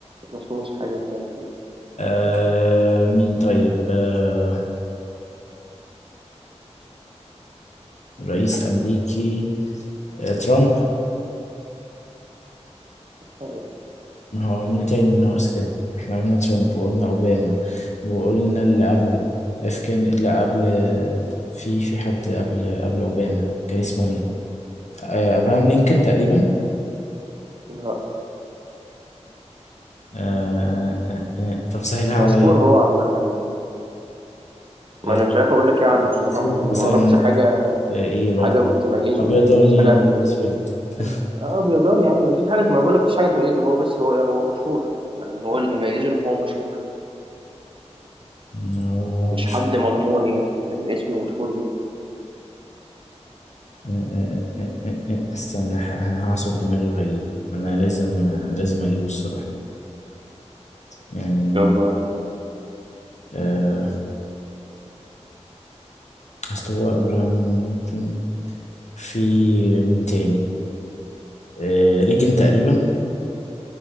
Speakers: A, on the right; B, on the left.
A: مسموش حاجة كامل يعني
B: آه مين طيب آه رئيس أمريكي آه ترامب
A: لا
B: ما هو مين تاني ناقص كده احنا قلنا ترامب وقلنا اوباما وقلنا اللي قبله اف كان لا قبل في في حد قبل قبل اوباما كان اسمه ايه آه ابراهام لينكولن تقريبا
A: لا،
B: آه آه آه. آه. طب سهلها عليا
A: مشهور هو عامة يعني
B: آه،
A: ما أنا مش عارف أقول لك إيه عنه الصراحة
B: في فيلم
A: ما يعني
B: مثلا
A: ما أعرفش حاجة
B: آه، ايه ولا
A: حاجة تميزه
B: ابيضاني
A: يعني مفيش حاجة بالنسبة
B: اسود
A: لي
B: <laughs>
A: اه بيضاني عادي مفيش حاجة ما بقولك مفيش حاجة تميزه هو بس هو هو مشهور يعني هو اللي ميزه إن هو مشهور
B: مم. هو
A: مش
B: مشهور
A: حد مغمور يعني فاهم اسمه مشهور جدا
B: آه، آه، آه، آه، آه. استنى ه- ه- هعصر دماغي وهجيبه انا لازم لازم اجيبه الصراحة يعني
A: طب آه،
B: آه، اصل هو ابراهام لينكولن في مين تاني آه، ريجن تقريبا